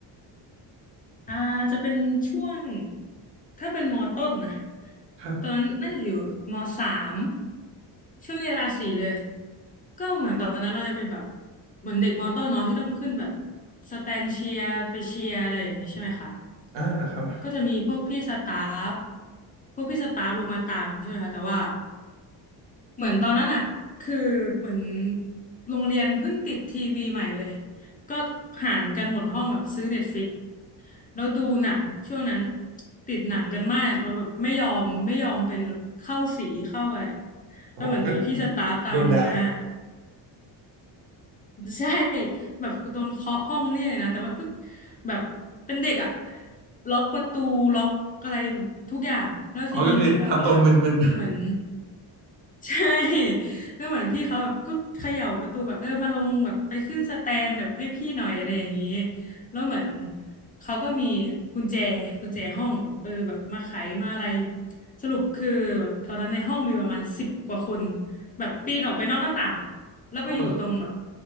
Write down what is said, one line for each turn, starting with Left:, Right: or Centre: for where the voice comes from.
Left: อ่าจะเป็นช่วงถ้าเป็นมอต้นนะ
Right: ครับ
Left: ตอนนั้นน่าจะอยู่มสามช่วงเวลาสี่เลยก็เหมือนตอนนั้นเราจะเป็นแบบเหมือนเด็กมอต้นเนาะที่ต้องขึ้นแบบสแตนเชียร์ไปเชียร์อะไรอย่างนี้ใช่ไหมคะ
Right: อ่าครับ
Left: ก็จะมีพวกพี่สตาฟพวกพี่สตาฟลงมาตามใช่ไหมคะแต่ว่า เหมือนตอนนั้นอ่ะคือเหมือนโรงเรียนเพิ่งติดทีวีใหม่เลย ก็หารกันหมดห้องแบบซื้อเน็ตฟลิกแล้วดูหนังช่วงนั้นติดหนังกันมากแล้วแบบไม่ยอมไม่ยอมไปเข้าสีเข้าอะไร แล้วเหมือนมีพี่สตาฟตามลงมา
Right: ผมก็โดนด่า
Left: ใช่แบบโดนเคาะห้องเนียกเลยนะแต่ว่าก็แบบเป็นเด็กอะล็อกประตูล็อกอะไรทุกอย่างแล้วทีนี้เหมือนแบบว่า
Right: อ๋อก็คือทำตัวมึน
Left: เหมือนใช่แล้วเหมือนพี่เขาแบบก็เขย่าประตูแบบเออมาลงแบบไปขึ้นสแตนแบบให้พี่หน่อยอะไรอย่างนี้แล้วเหมือนเขาก็มีกุญแจกุญแจห้องแบบเออแบบมาไขมาอะไรสรุปคือแบบตอนนั้นในห้องมีประมาณสิบกว่าคน แบบปีนออกไปนอกหน้าต่างอะแล้วไปอยู่ตรงแบบ
Right: ๆ <laughs>